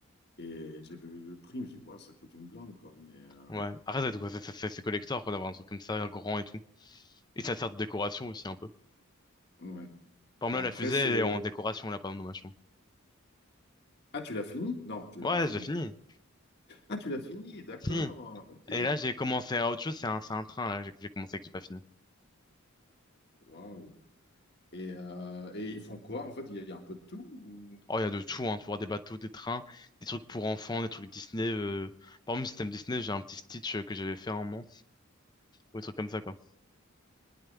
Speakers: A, on the left (about 50°); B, on the left (about 20°).
A: Et j'avais vu le prix. Je me suis dit, Waouh, ça coûte une blinde, quoi. Mais, euh,
B: ouais. Après, c'est c'est- c'est- c'est collector, quoi, d'avoir un truc comme ça, grand et tout. Et ça sert de décoration aussi un peu.
A: ouais.
B: Par
A: Bah,
B: exemple,
A: après,
B: là, la fusée,
A: c'est...
B: elle est en décoration, là, par exemple, dans ma chambre.
A: Ah, tu l'as fini? Non, tu l'as
B: Ouais,
A: pas fini.
B: j'ai fini.
A: Ah, tu l'as fini, d'accord,
B: Si.
A: ok.
B: Et là, j'ai commencé à autre chose, c'est un, c'est un train, là, que j'ai j'ai commencé que j'ai pas fini.
A: Waouh. Et, euh, et ils font quoi? En fait, il y, a il y a un peu de tout ou-
B: Oh, il y a de tout, hein, tu vois, des bateaux, des trains, des trucs pour enfants, des trucs Disney. euh, Par exemple, système Disney, j'ai un petit Stitch euh, que j'avais fait à un moment, ou des trucs comme ça, quoi.